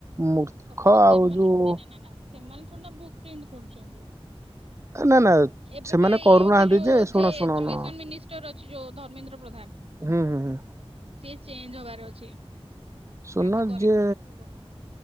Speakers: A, on the right; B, on the right.
A: ମୂର୍ଖ
B: ତଥାପି ସେମାନେ
A: ଆଉ ଯୋଉ
B: ଥୋଡିନା ନା ନା ସେମାନେ ଥୋଡିନା ବୁକ୍ ପ୍ରିଣ୍ଟ୍ କରୁଚନ୍ତି।
A: ନା ନା
B: ଏବେ
A: ସେମାନେ
B: ପା ଇଏ
A: କରୁନାହାନ୍ତି
B: ଅଛି ଯୋଉ
A: ଯେ ଶୁଣ
B: ଯିଏ
A: ଶୁଣ
B: ଏଜୁକେସନ
A: ହୁଁ
B: ମିନିଷ୍ଟର ଅଛି ଯୋଉ ଧର୍ମେନ୍ଦ୍ର ପ୍ରଧାନ।
A: ହୁଁ ହୁଁ ହୁଁ।
B: ସିଏ ଚେଞ୍ଜ୍ ହବାର ଅଛି।
A: ଶୁଣୁନ
B: ଆଜି
A: ଯିଏ
B: ରେ ପଢୁଥିଲି।